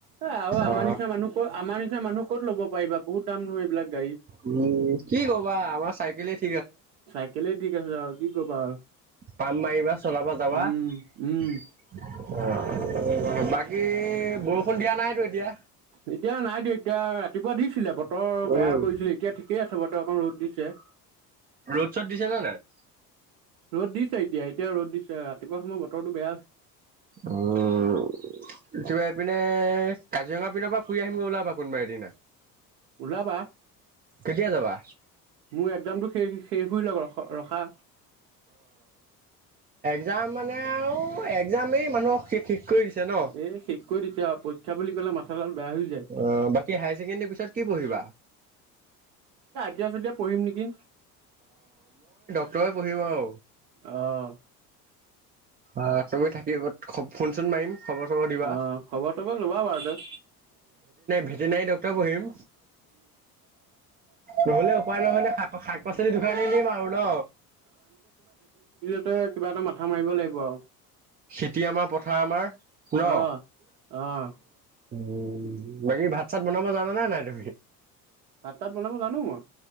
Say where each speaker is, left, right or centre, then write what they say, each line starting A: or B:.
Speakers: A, on the right (about 65°); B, on the right (about 20°).
A: এ, আৰু আমাৰ
B: অ
A: নিচিনা মানুহ ক'ত আমাৰ নিচিনা মানুহ ক'ত ল'ব পাৰিবা। বহুত দাম নহয় এইবিলাক গাড়ী।
B: উম কি ক'বা আমাৰ চাইকেলে ঠি
A: চাইকেলে ঠিক আছে আৰু কি কবা আৰু।
B: পাম মাৰিবা চলাব যাৱা,
A: উম,
B: অ'।
A: উম।
B: <unintelligible> বাকী বৰষুণ দিয়া নাইতো এতিয়া?
A: এতিয়া নাই দিয়া এতিয়া ৰাতিপুৱা দিছিলে বতৰ
B: উম।
A: বেয়া কৰিছিলে। এতিয়া ঠিকেই আছে। বতৰ অকণ ৰ'দ দিছে। তে
B: ৰ'দ শ'ত দিছেনে নাই?
A: ৰ'দ দিছে এতিয়া। এতিয়া ৰ'দ দিছে। ৰাতিপুৱা সময় বতৰটো বেয়া আছলি।
B: উম, কিবা এইপিনে কাজিৰঙা পিনৰ পৰা ফুৰি আহিমগৈ ওলাবা কোনবা এদিনা।
A: ওলাবা,
B: কেতিয়া যাবা?
A: মোৰ একজামতো শেষ হোবা লৈ ৰখা।
B: তাৰ মানে আৰু এক জামেই মানুহক সেক-সেক কৰি দিছে ন।
A: এই শেষ কৰি দিছে আৰু <unintelligible> হৈ যায়
B: অ'। বাকী হাইছেকেণ্ডেৰী পিছত কি পঢ়িবা?
A: <unintelligible> পঢ়িম নেকি।
B: ক্টৰে পঢ়িব আও।
A: অ'
B: অ', তুমি থাকিব সব, ফোন-চোন মাৰিম। খবৰ চবৰ দিবা।
A: অ', খবৰ-চবৰ ল'বা বাৰু দে।
B: ভেটেনেৰী ডক্টৰ পঢ়িম। ন'হলে উপায় ন'হলে শাক-পাচলি দোকান দি দিম আৰু ন!
A: নৰ কিবা এটা মাথা মাৰিব লাগিব আৰু।
B: খেতি আমাৰ পথাৰ আমাৰ ন
A: অ' অ'।
B: উম। বাকী ভাত চাত বনাব জান নে নাই? তমি?
A: ভাত পাত বনাব জানো মই।